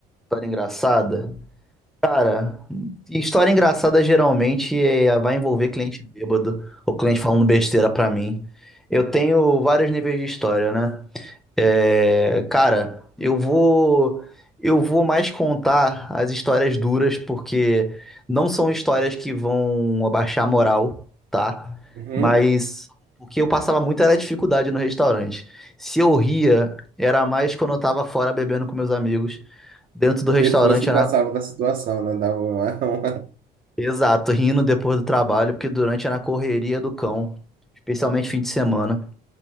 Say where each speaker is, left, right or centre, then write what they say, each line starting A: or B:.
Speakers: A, in the centre; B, on the right (about 60°).
A: História engraçada? Cara, história engraçada geralmente é- vai envolver cliente bêbado ou cliente falando besteira pra mim. Eu tenho vários níveis de história, né? É, cara, eu vou eu vou mais contar as histórias duras porque não são histórias que vão abaixar a moral, tá?
B: Uhum.
A: Mas o que eu passava muito era dificuldade no restaurante. Se eu ria, era mais quando eu tava fora bebendo com meus amigos. Dentro do
B: Depois
A: restaurante
B: que
A: era
B: passava da situação, né? Dava uma, <laughs> uma...
A: exato, rindo depois do trabalho, porque durante era na correria do cão, especialmente fim de semana.